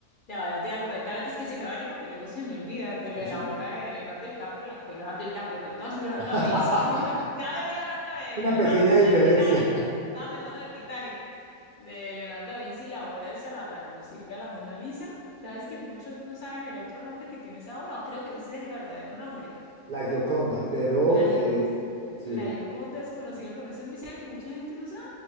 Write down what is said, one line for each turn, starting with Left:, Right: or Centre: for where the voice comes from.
Left: ya ya te iba a comentar antes que se me vaya, porque luego se me olvida de lo
Right: Sí,
Left: de
Right: sí.
Left: la obra de Leonardo DiCaprio, la- de Leonardo DiCaprio, perdón, <laughs> Leonardo
Right: <laughs>
Left: da Vinci. <laughs> la- ya me estoy hablando de,
Right: Una
Left: yo estaba
Right: pequeña
Left: pensando
Right: diferencia,
Left: en el Titanic, estaba pensando en el Titanic, de Leonardo da Vinci, la obra esa, la, la conocida, la Mona Lisa. Sabes que muchos no saben el otro nombre que tiene esa obra, o creo que ese es el verdadero nombre.
Right: <laughs> la Gioconda, pero
Left: La,
Right: eh,
Left: Gio-
Right: sí,
Left: la Gioconda es conocida con ese Luis que mucha gente no sabe.